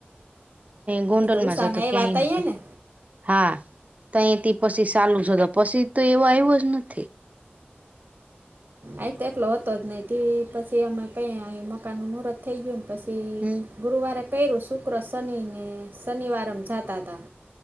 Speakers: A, on the right; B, on the right.
A: ગોંડલ
B: એ તો ઉષાના
A: માં જ હતો
B: એવા
A: ક્યાંય
B: તઈએ
A: નતો.
B: ને
A: હા તો અહીથી પછી ચાલુ છે તો પછી તો એવો આવ્યો જ નથી.
B: આ તો એટલો હતો જ નહિ પછી અમે કયે આયા મકાન નુ મુહૂર્ત થઈ ગયું ને. પછી
A: હમ
B: ગુરુવારે કર્યું શુક્ર શનિને શનિવાર અમે જાતા હતા.